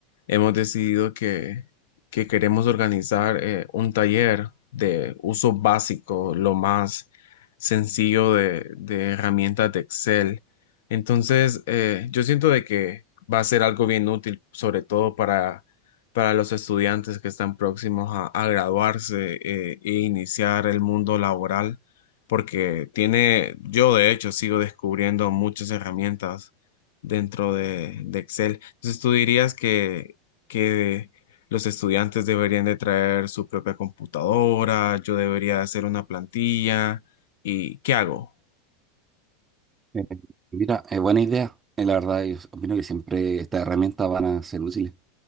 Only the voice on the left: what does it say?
hemos decidido que, que queremos organizar eh, un taller de uso básico, lo más sencillo de, de herramientas de Excel. Entonces, eh, yo siento de que va a ser algo bien útil, sobre todo para, para los estudiantes que están próximos a, a graduarse eh, e iniciar el mundo laboral porque tiene, yo de hecho sigo descubriendo muchas herramientas dentro de, de Excel. Entonces, ¿tú dirías que, que los estudiantes deberían de traer su propia computadora? ¿Yo debería hacer una plantilla? ¿Y qué hago?